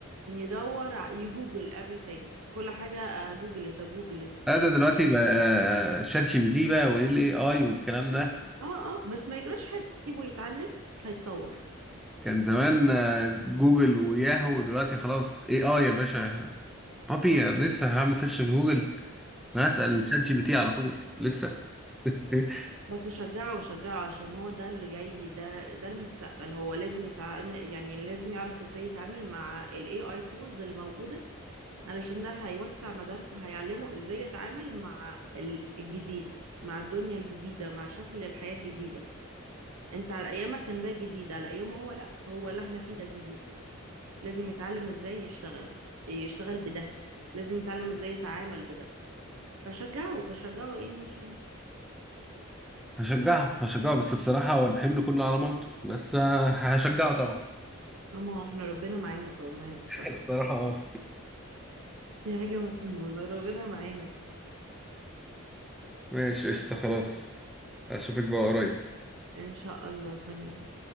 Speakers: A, on the right (about 90°); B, in the centre.
A: يدور ع- يجوجل everything كل حاجة آه، جوجلت آه، جوجلت
B: لا
A: اه
B: ده دلوقتي بقى آه، شات جي بي تي بقى وايه الاي اي والكلام ده
A: اه بس ما يجراش حاجة سيبه يتعلم هيتطور
B: كان زمان آه، جوجل وياهو دلوقتي خلاص اي اي يا باشا بابي أنا لسه هعمل سيرش في جوجل انا هسأل شات جي بي تي على طول لسه <laughs>
A: بس شجعه شجعه عشان هو ده اللي جاي ده ده المستقبل هو لازم يتعامل يعني لازم يعرف ازاي يتعامل مع ال AI tools اللي موجودة علشان ده هيوسع مداركه هيعلمه ازاي يتعامل مع ال- الجديد مع الدنيا الجديدة مع شكل الحياة الجديدة انت على ايامك كان ده جديد على ايامه هو لا هو اللي احنا فيه ده جديد لازم يتعلم ازاي يشتغل يشتغل بده لازم يتعلم ازاي يتعامل بده فشجعه وشجعه ايه المشكلة
B: هشجعه هشجعه بس بصراحة هو الحمل كله على مامته بس آه، هشجعه طبعا
A: اما هو احنا ربنا معانا كأمهات بصراحة
B: <laughs> الصراحة اه
A: دي حاجة مهمة والله ربنا معانا
B: ماشي قشطة خلاص اشوفك بقى قريب
A: إن شاء الله تمام